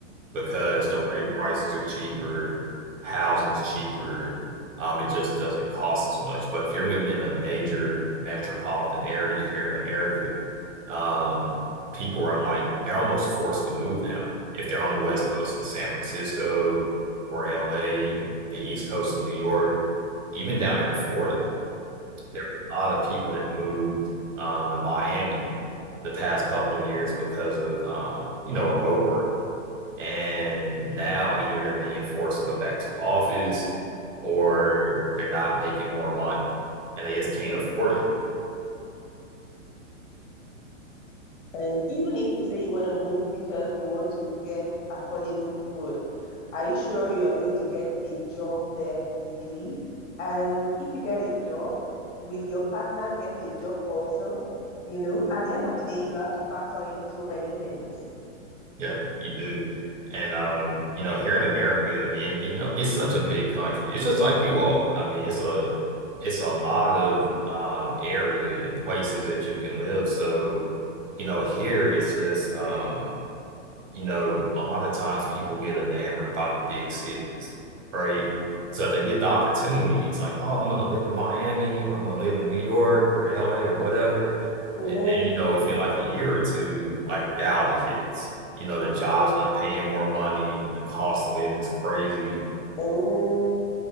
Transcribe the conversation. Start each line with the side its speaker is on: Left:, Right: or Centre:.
Right: because
Left: Okay.
Right: the rent prices are cheaper, housing's cheaper. Um, it just doesn't cost as much. But if you're living in a major metropolitan area here in America, um, people are like they're almost forced to move now. If they're on the West
Left: Hmm.
Right: Coast in San Francisco or LA, the East Coast in New York, even down there in Florida, there were a lot of people that moved um, to Miami the past couple of years because of um, you know, remote work and now either they're being forced to go back to the office or they're not making more money and they just can't
Left: Hmm.
Right: afford it.
Left: And even if you say you want to move because you want to get affordable food, are you sure you're going to get a job there easily? And if you get a job, will your partner get a job also? You know, at the end of the day, you have to factor in so many things.
Right: Yeah, you do. And um, you know, here in America, I mean, it, you know, it's such a big country. It's just like you all. I mean, it's a it's a lot of um area and places that you can live. So, you know, here it's just um you know, a lot of times people get enamored by the big cities, right? So if they get the opportunity, it's like, oh, I'm gonna live in Miami or I'm gonna live in New York or LA or whatever.
Left: Mm-hmm.
Right: And then, you know, within like a year or two, like reality hits. You know, the job's
Left: Yeah.
Right: not paying more money, the cost of living is crazy.
Left: Mm-hmm.